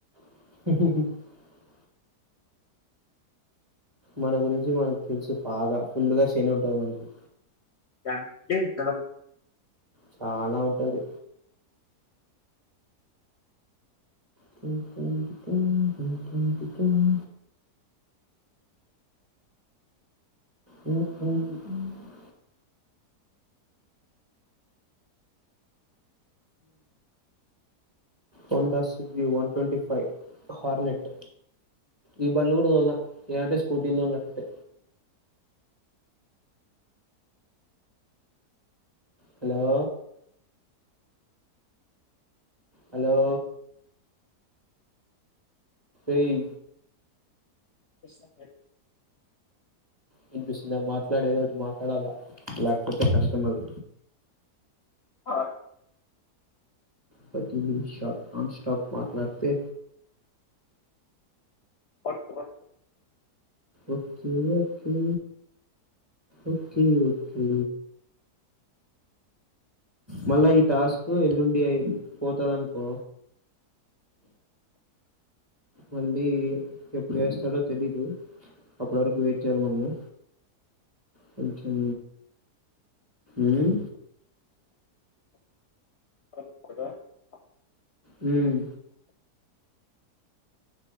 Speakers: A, on the right (about 15°); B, on the left (about 55°).
A: <unintelligible> మన గురించి మనకు తెలిసు బాగా ఫుల్లు వర్స్ తినుఉంటాది మనకి
B: రండీ ఉంటద
A: చాన ఉంటది టుమ్ టుమ్ టుమ్ టుమ్ టుమ్ టుంమ్టు టున్ ఉ <unintelligible> వన్ టస్వకి వన్ ట్వంటి ఫైవ్ హార్నెట్ ఈ బల్నోగుడు వల్న ఎ అంటే స్కూటీలో ఉన్నట్టే హలో హలో ఏయి
B: <unintelligible>
A: వినిపిస్తుంద మాట్లాడ ఏదోటి మాట్లాడాల లేకపోతే కష్టం అది
B: అ
A: పది నిమిషాలు నాన్ స్టాప్ మాట్లాడితే
B: <unintelligible>
A: ఓకే ఓకే ఓకే ఓకే మళ్ళా ఈ టాస్క్ ఎల్లుండి అయి పోతది అనుకో మళ్ళీ ఎప్పుడు ఎస్తాడో తెలీదు అప్పటి వరకు వెయిట్ చేయాలి మనము కొంచెం ఉమ్
B: <inaudible>
A: హమ్